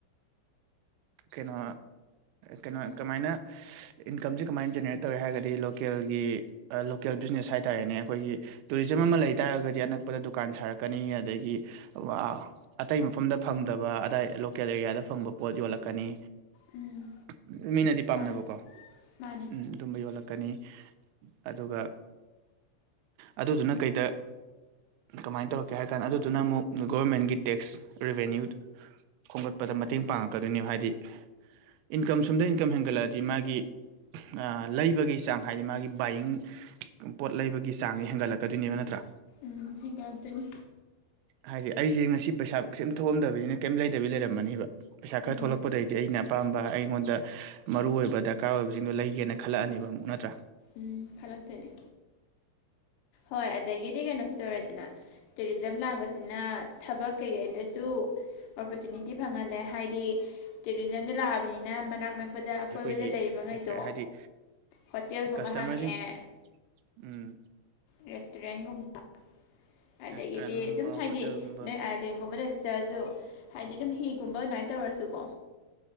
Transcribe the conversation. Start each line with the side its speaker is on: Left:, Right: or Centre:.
Right: ꯀꯩꯅꯣ ꯀꯩꯅꯣ ꯀꯃꯥꯏꯅ ꯏꯟꯀꯝꯁꯦ ꯀꯃꯥꯏꯅ ꯖꯦꯅꯔꯦꯠ ꯇꯧꯋꯦ ꯍꯥꯏꯔꯒꯗꯤ ꯂꯣꯀꯦꯜꯒꯤ ꯂꯣꯀꯦꯜ ꯕꯤꯖꯤꯅꯦꯁ ꯍꯥꯏ ꯇꯥꯔꯦꯅꯦ ꯑꯈꯣꯏꯒꯤ ꯇꯨꯔꯤꯖꯝ ꯑꯃ ꯂꯩ ꯇꯥꯔꯒꯗꯤ ꯑꯅꯛꯄꯗ ꯗꯨꯀꯥꯟ ꯁꯥꯔꯛꯀꯅꯤ ꯑꯗꯒꯤ ꯑ ꯑꯇꯩ ꯃꯐꯝꯗ ꯐꯪꯗꯕ ꯑꯗꯥꯏ ꯂꯣꯀꯦꯜ ꯑꯦꯔꯤꯌꯥꯗ ꯐꯪꯕ ꯄꯣꯠ ꯌꯣꯜꯂꯛ ꯀꯅꯤ
Left: ꯎꯝ
Right: ꯃꯤꯅꯗꯤ ꯄꯥꯝꯅꯕꯀꯣ
Left: ꯃꯥꯅꯦ ꯃꯥꯅꯦ
Right: ꯎꯝ ꯗꯨꯝꯕ ꯌꯣꯜꯂꯛꯀꯅꯤ ꯑꯗꯨꯒ ꯑꯗꯨꯗꯨꯅ ꯀꯩꯗ ꯀꯃꯥꯏꯅ ꯇꯧꯔꯛꯀꯦ ꯍꯥꯏ ꯀꯥꯟ ꯑꯗꯨꯗꯨꯅ ꯑꯃꯨꯛ ꯒꯣꯔꯃꯦꯟꯒꯤ ꯇꯦꯛꯁ ꯔꯤꯚꯦꯅ꯭ꯌꯨ ꯈꯣꯝꯒꯠꯄꯗ ꯃꯇꯦꯡ ꯄꯥꯡꯉꯛꯀꯗꯣꯏꯅꯦꯕ ꯍꯥꯏꯗꯤ ꯏꯟꯀꯝ ꯁꯨꯝꯗ ꯏꯟꯀꯝ ꯍꯦꯟꯒꯠꯂꯛꯑꯗꯤ ꯃꯥꯒꯤ ꯑ ꯂꯩꯕꯒꯤ ꯆꯥꯡ ꯍꯥꯏꯗꯤ ꯃꯥꯒꯤ ꯕꯥꯏꯌꯤꯡ ꯄꯣꯠ ꯂꯩꯕꯒꯤ ꯆꯥꯡꯁꯦ ꯍꯦꯟꯒꯠ ꯂꯛꯀꯗꯣꯏꯅꯦꯕ ꯅꯠꯇ꯭ꯔꯥ
Left: ꯎꯝ ꯍꯦꯒꯠꯂꯛꯇꯣꯏꯅꯦ
Right: ꯍꯥꯏꯗꯤ ꯑꯩꯁꯦ ꯉꯁꯤ ꯄꯩꯁꯥ ꯀꯩꯁꯨꯝ ꯊꯣꯛꯑꯝꯗꯅꯤꯅ ꯀꯩꯝ ꯂꯩꯗꯕꯤ ꯂꯩꯔꯝꯃꯅꯤꯕ ꯄꯩꯥꯁꯥ ꯈꯔ
Left: ꯎꯝ
Right: ꯊꯣꯛꯂꯛꯄꯗꯩ ꯑꯩꯅ ꯑꯄꯥꯝꯕ ꯑꯩꯉꯣꯟꯗ ꯃꯔꯨꯑꯣꯏꯕ ꯗꯔꯀꯥꯔ ꯑꯣꯏꯕꯁꯤꯡꯗꯣ ꯂꯩꯒꯦꯅ ꯈꯜꯂꯛꯑꯅꯤꯕ ꯑꯃꯨꯛ ꯅꯠꯇ꯭ꯔꯥ
Left: ꯎꯝ ꯈꯜꯂꯛꯇꯣꯏꯅꯦ ꯍꯣꯏ ꯑꯗꯒꯤꯗꯤ ꯀꯩꯅꯣꯁꯨ ꯇꯧꯔꯦꯗꯅ ꯇꯨꯔꯤꯖꯝ ꯂꯥꯛꯄꯁꯤꯅ ꯊꯕꯛ ꯀꯩꯀꯩꯗꯁꯨ ꯑꯣꯄꯣꯔꯆꯨꯅꯤꯇꯤ ꯐꯪꯍꯜꯂꯦ ꯍꯥꯏꯗꯤ ꯇꯨꯔꯤꯖꯝꯗ ꯂꯥꯛꯑꯕꯅꯤꯅ ꯃꯅꯥꯛꯅꯛ ꯄꯗ ꯑꯀꯣꯏꯕꯗ
Right: ꯑꯩꯈꯣꯏꯒꯤ
Left: ꯂꯩꯔꯤꯕꯉꯩꯗꯣ
Right: ꯑꯦꯇ꯭ꯔꯦ ꯍꯥꯏꯗꯤ
Left: ꯍꯣꯇꯦꯜꯒꯨꯝꯕ
Right: ꯀꯁꯇꯃꯔꯁꯤꯡ
Left: ꯍꯥꯡꯉꯛꯑꯦ
Right: ꯎꯝ
Left: ꯔꯦꯁꯇꯨꯔꯦꯟꯒꯨꯝꯕ ꯑꯗꯒꯤꯗꯤ
Right: ꯔꯦꯁꯇꯨꯔꯦꯟꯒꯨꯝꯕ
Left: ꯑꯗꯨꯝ ꯍꯥꯏꯗꯤ
Right: ꯍꯣꯇꯦꯜꯒꯨꯝꯕ
Left: ꯅꯣꯏ ꯑꯥ ꯄꯦꯟꯒꯨꯝꯕꯗ ꯆꯠꯂꯁꯨ ꯍꯥꯏꯗꯤ ꯑꯗꯨꯝ ꯍꯤꯒꯨꯝꯕ ꯑꯗꯨꯃꯥꯏ ꯇꯧꯔꯁꯨꯀꯣ